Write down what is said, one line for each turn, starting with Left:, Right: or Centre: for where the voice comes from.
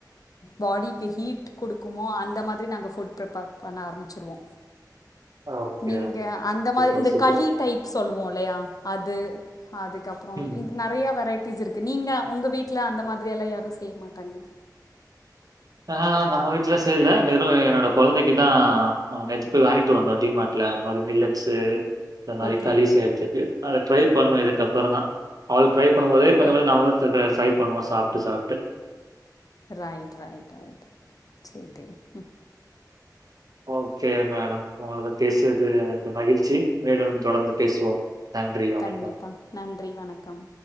Left: பாடிக்கு ஹீட் குடுக்குமோ அந்த மாதிரி நாங்க ஃபுட்டு பிரிப்பேர் பண்ண ஆரபிச்சிருவோ
Right: ஓகே,
Left: நீங்க
Right: ஓகே.
Left: அந்த
Right: சூப்பர்,
Left: மாரி இந்த
Right: சூப்பர்.
Left: களி டைப் சொல்லுவோ இல்லயா அது அதுக்கப்றோ
Right: ம்.
Left: நெறயா வெரைட்டீஸ் இருக்கு நீங்க உங்க வீட்டில அந்த மாதிரியெல்லா யாரு செய்ய மாட்டாங்ளா
Right: ஆஹ நம்ம வீட்ல செய்ல வெறு என்னோட கொழந்தைக்குதா நேத்து போய் வாங்கிட்டு வந்தோ டிமார்ட் ல அந்த மாரி மில்லட்ஸு இந்த மாரி
Left: ஓகே
Right: களி செய்யறதுக்கு அத ட்ரை பண்ணணு இதுக்குப்பறந்தா அவள்க்கு ட்ரை பண்ணும்போதே கொஞ்சோ
Left: ஓ
Right: கொஞ்சோ நம்மளு ட்ரை பண்ணுவோ சாப்ட்டு சாப்ட்டு
Left: ரைட் ரைட் ரைட் சேரி ம்
Right: ஓகே மேடம் உங்களோடது பேசியது எனக்கு மகிழ்ச்சி மீண்டும் தொடர்ந்து பேசுவோம் நன்றி, வணக்கம்.
Left: கண்டிப்பா நன்றி வணக்கம்